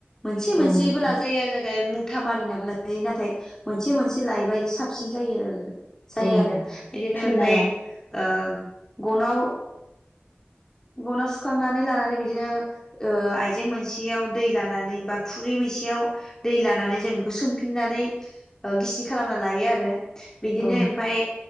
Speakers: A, on the left (about 15°); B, on the left (about 60°).
A: मोनसे
B: औ
A: मोनसेबो
B: नोंथां
A: लाजायो आरो जाय मुथा मारिनाबो लाजायो नाथाय मोनसे मोनसे लायोबा बे साबसिन जायो आरो जायो
B: औ
A: आरो एदिनो
B: थुननायाव
A: ओमफ्राय ओ गनाव गनाव सुखांनानै लानानै बिदिनो ओ आइजें मोनसेयाव दै लानानै बा खुरै मोनसेयाव दै लानानै जों बेखौ सोमफिननानै गिसि खालामना लायो आरो। बिदिनो
B: औ
A: एमफाय